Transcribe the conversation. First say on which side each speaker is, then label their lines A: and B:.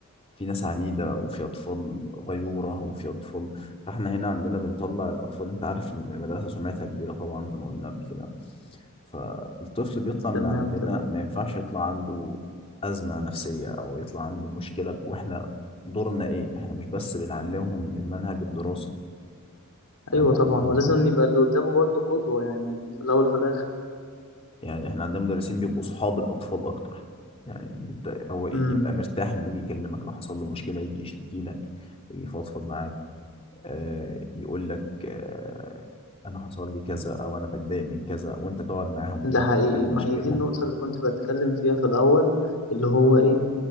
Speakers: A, on the left; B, on the left.
A: في ناس عنيدة وفي أطفال غيورة وفي أطفال فإحنا هنا عندنا بنطلع الأطفال أنت عارف المدرسة سمعتها كبيرة طبعا زي ما قلنا قبل كده فالطفل بيطلع من
B: تمام،
A: عندنا
B: تمام.
A: ما ينفعش يطلع عنده أزمة نفسية أو يطلع عنده مشكلة وإحنا دورنا إيه؟ إحنا مش بس بنعلمهم المنهج الدراسي إحنا
B: أيوه
A: بنعلمهم
B: طبعًا، ولازم يبقى اللي قدّامه برضه قدوة يعني في الأول وفي الآخر.
A: يعني إحنا عندنا مدرسين بيبقوا أصحاب الأطفال أكتر يعني أنت هو يبقى
B: إمم.
A: مرتاح إنه يجي يكلمك لو حصل له مشكلة يجي يشتكي لك يجي يفضفض معاك آآ يقول لك آآ أنا حصل لي كذا أو أنا باتضايق من كذا وأنت تقعد معاهم وتبدأ
B: ده حقيقي،
A: تحل
B: ما
A: مشاكلهم.
B: هي دي النقطة اللي كنت باتكلّم فيها في الأول، اللي هو إيه،